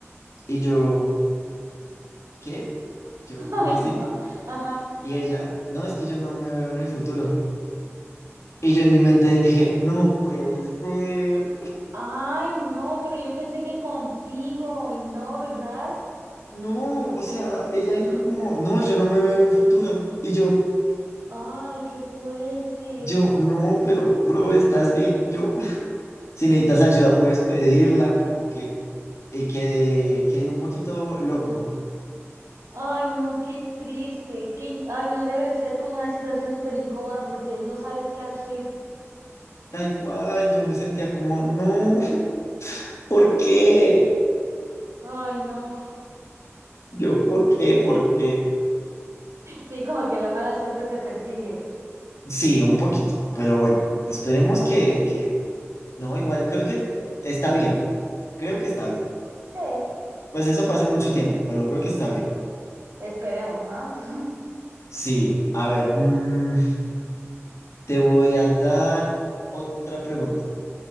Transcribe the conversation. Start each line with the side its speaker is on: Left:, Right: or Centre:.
Left: Y yo, ¿qué? Yo,
Right: <laughs> Ay,
Left: ¿cómo así?
Right: no. Ajá.
Left: Y ella, no, es que yo no me veo en el futuro. Y yo en mi mente dije, no puede ser.
Right: Ay, no, pero yo pensé que contigo y no, ¿verdad?
Left: No, o sea, ella dijo como, no, yo no me veo en un futuro. Y yo,
Right: Ay, qué fuerte.
Left: yo, no, pero bro, estás bien. Yo, <laughs> si necesitas ayuda, puedes pedirla, como que, y quedé, quedé un poquito loco.
Right: Ay, no, qué triste. Qué... Ay, no, debe de ser como una situación súper incómoda porque no sabes qué hacer.
Left: Tal cual, yo me sentía como, no, <laughs> ¿por qué?
Right: Ay, no. <laughs>
Left: Yo, ¿por qué? ¿Por qué?
Right: Sí, como que la mala suerte te persigue.
Left: Sí, un poquito, pero bueno, esperemos que, que, no, igual, creo que está bien, creo que está bien.
Right: Sí,
Left: Pues eso fue hace mucho tiempo, pero creo que está bien.
Right: esperemos, ¿no? <laughs>
Left: Sí, a ver, mm, te voy a dar otra pregunta.